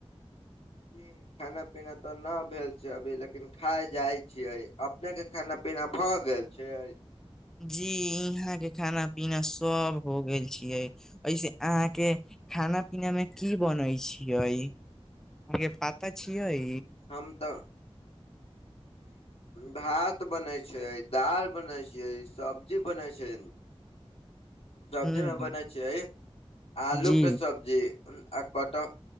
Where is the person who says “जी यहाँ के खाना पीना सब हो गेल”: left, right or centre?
Centre